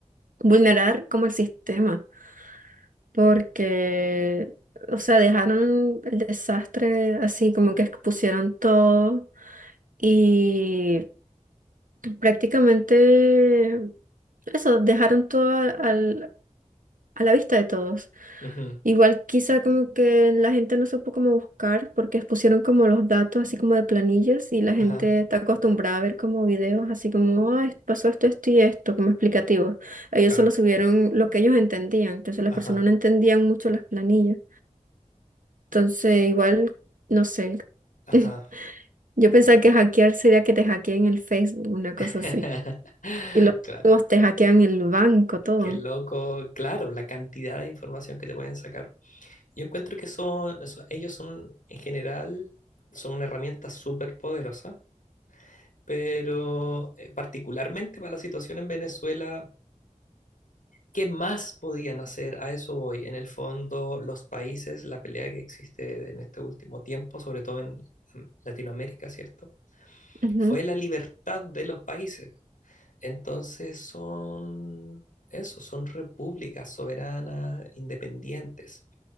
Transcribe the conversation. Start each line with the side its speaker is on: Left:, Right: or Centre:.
Right: vulnerar como el sistema. porque, o sea, dejaron el desastre así como que expusieron todo y prácticamente eso, dejaron todo a- al, a la vista de todos.
Left: Ujú,
Right: Igual quizá como que la gente no supo cómo buscar porque expusieron como los datos así como de planillas y la
Left: Ajá,
Right: gente está acostumbrada a ver como videos así como, ay, pasó esto, esto y esto, como explicativos. Ellos
Left: claro.
Right: solo subieron lo que ellos entendían, entonces las
Left: Ajá,
Right: personas no entendían mucho las planillas. Entonces, igual, no sé.
Left: ajá.
Right: <laughs> Yo pensaba que hackear sería que te hackeen el Facebook, una cosa
Left: <laughs>
Right: así. Y los
Left: Claro.
Right: juegos te hackean el banco, todo.
Left: Qué loco. Claro, la cantidad de información que te pueden sacar. Yo encuentro que son, eso- ellos son, en general, son una herramienta súper poderosa Pero eh, particularmente para la situación en Venezuela, ¿qué más podían hacer? A eso voy. En el fondo, los países, la pelea que existe en este último tiempo, sobre todo en mm, Latinoamérica, ¿cierto?
Right: Ujú.
Left: Fue la libertad de los países. Entonces son eso, son repúblicas soberanas, independientes,